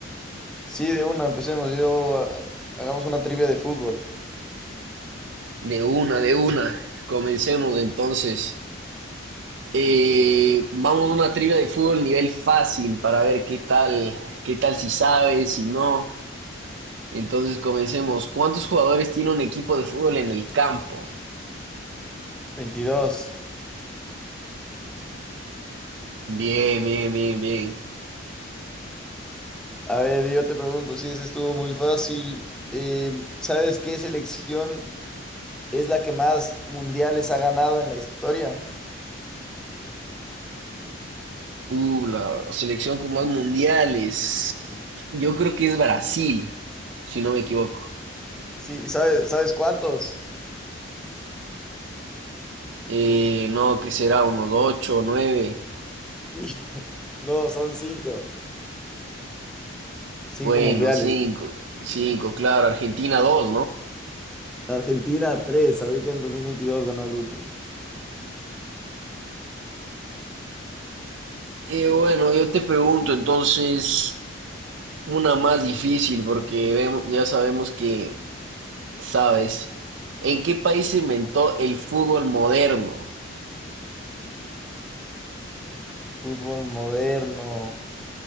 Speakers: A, in the centre; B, on the right.
A: Sí, de una, empecemos. Yo, ah, hagamos una trivia de fútbol.
B: De una, de una. Comencemos entonces. Eh, vamos a una trivia de fútbol nivel fácil para ver qué tal, qué tal si sabes, si no. Entonces comencemos. ¿Cuántos jugadores tiene un equipo de fútbol en el campo?
A: Veintidós.
B: Bien, bien, bien, bien.
A: A ver, yo te pregunto, si ese estuvo muy fácil. Em, ¿sabes qué selección es la que más mundiales ha ganado en la historia?
B: Uh, la selección con más mundiales. Yo creo que es Brasil, si no me equivoco.
A: Sí, ¿sabes, sabes cuántos?
B: Eh, no, que será unos ocho, nueve.
A: <laughs> No, son cinco. Cinco
B: Bueno,
A: mundiales.
B: cinco, cinco, claro. Argentina dos, ¿no?
A: Argentina, tres. Ahorita en 2022 ganó el último.
B: Eh, bueno, yo te pregunto entonces una más difícil porque vemos- ya sabemos que sabes. ¿En qué país se inventó el fútbol moderno?
A: Fútbol moderno.